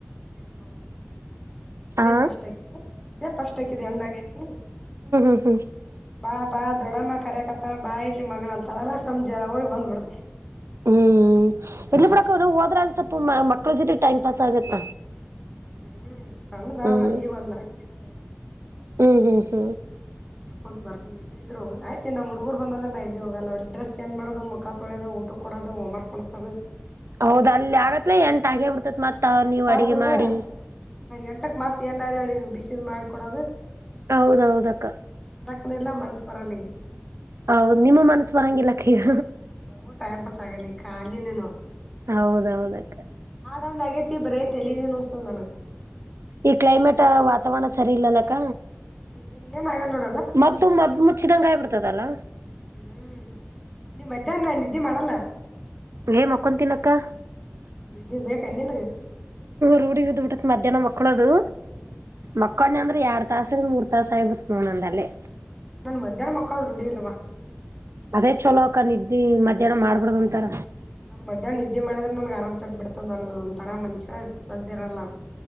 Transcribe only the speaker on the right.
ಆ
ಹ್ಮ
ಹ್ಮ್ ಇರಲಿ ಬಿಡಕ್ಕ ಹೋದ್ರ ಅಲ್ಲಿ ಸ್ವಲ್ಪ ಮಕ್ಳ ಜೊತೆ ಟೈಮ್ ಪಾಸ್ ಆಗತ್ತ
ಹ್ಮ್
ಹ್ಮ್ ಹ್ಮ್
ಹೌದ್ ಅಲ್ಲಿ ಆಗತ್ಲ ಎಂಟೆ ಬಿಡ್ತತ್ ಮತ್ತ
ನೀವು ಅಡಗೆ
ಮಾಡಿ
ಹೌದೌದ ಅಕ್ಕ
ಹೌದು ನಿಮ್ಮ ಮನಸ್ ಬರಂಗಿಲ್ಲ ಅಕ್ಕಾ ಈಗ
ಹೌದೌದಕ್ಕ
ಈ ಕ್ಲೈಮೇಟ್ ವಾತಾವರಣ ಸರಿ ಇಲ್ಲಲ್ಲಕ್ಕ
ಮತ್ತು ಮದ್ದು ಮುಚ್ಚಿದಂಗ ಹಾಗಿ ಬಿಡ್ತದಲ್ಲ
ಹೇ ಮಕ್ಕೊಂತಿನಿ ಅಕ್ಕಾ
ರೂಢಿ ಆಗಿಬಿತೈತೆ ಮಧ್ಯಾಹ್ನ ಮಕ್ಕಳೋದು ಮಕ್ಕನ ಅಂದ್ರ ಎರಡ್ ತಾಸ್ರ ಮೂರ್ ತಾಸ ಆಗಿಬಿಡುತೆ ನೋಡು ಅಲ್ಲೇ
ಅದೇ ಚಲೋ ಅಕ್ಕ ನಿದ್ದಿ ಮಧ್ಯಾಹ್ನ ಮಾಡಬರ್ದು ಅಂತಾರ